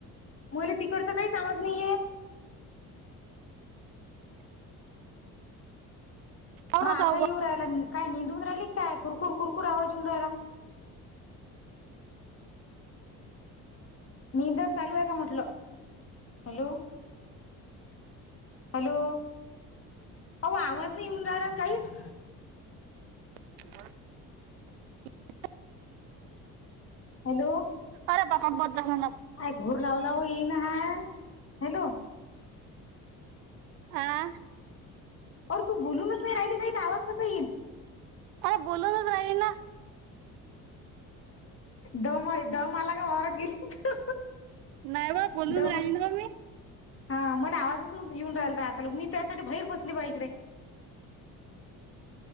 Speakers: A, on the left (about 30°); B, on the right (about 75°).
A: मला तिकडचा काही आवाज नाहीयेत
B: आवरत
A: हा
B: आहो
A: आता
B: बा.
A: येऊ राहिला काय निंदून राहिली काय कुरकुर कुरकूर आवाज येऊन राहिला. निंदन चालू आहे का म्हटलं. हॅलो हॅलो अह आवाज नाही येऊन राहला ना काहीच
B: <inaudible>
A: हॅलो
B: अर बापा ब
A: काय घोर लावू लावू येईन हा हॅलो
B: आ
A: र तू बोलूनच नाही राहिली काही आवाज कसा येईल
B: अरे बोलू नाच राही ना
A: दम दम आला का वारात गेली
B: नाही बा बोलून
A: दम
B: राहिल ना मी
A: हा मला आवाजचून येऊन राहिलता आता लोक मी त्यासाठी बाहेर बसली बा इकडे